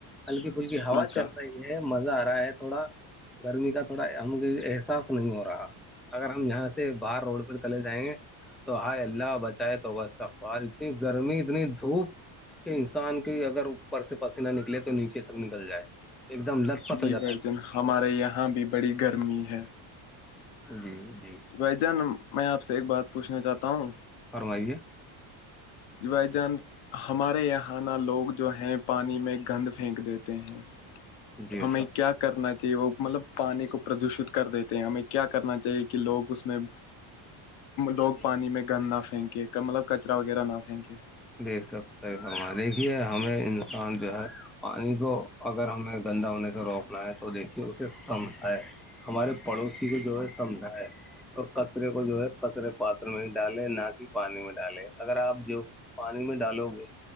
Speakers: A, in the centre; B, on the left.
A: ہلکی فلی ہوا
B: اچھا
A: یہ مزہ آ رہا ہے تھوڑا گرمی کا تھوڑا ہم کو احساس نہیں ہو رہا اگر ہم یہاں سے باہر روڈ پ چلے جائیں گے تو ہائے اللہ بچائے تو بس اقبوال اتنی گرمی اتنی دھوپ کہ انسان کے اگر اوپر سے پس نہ نکلے تو نیچے سب نکل جائے ایک دم لت پت
B: جی
A: ہو جاتا
B: بھ
A: ہے پسینے
B: جان ہمارے یہاں بھی بڑی گرمی ہے
A: جی جی
B: بھائی جان میں آپ سے ایک بات پوچھنا چاہتا ہوں
A: فرمائیے
B: بھائی جان ہمارے یہ نہ لوگ جو ہے پانی میں گند پھینک دیتے ہیں
A: جی
B: تو ہمیں
A: سب
B: کیا کرنا چاہیے وہ مطلب پانی کو پردوشت کر دیتے ہیں ہمیں کیا کرنا چاہیے کہ لوگ اس میں
A: <unintelligible> جی
B: لوگ
A: جی
B: پانی میں گند نہ پھینکے مطلب کچرا وغیرہ نہ پھینکے
A: بے تکر ہماریھیے ہمیں انسان جو ہے پانی کو اگر ہمیں گندا ہونے سے روکنا ہے تو دیکھیے اسے ختم ہے ہمارے پڑوسی کو جو ہے سمجھا ہے اور کچرے کو جو ہے کچرے پاتر میں ہی ڈالیں نہ کہ پانی میں ڈالیں اگر آپ جو پانی میں ڈالو گے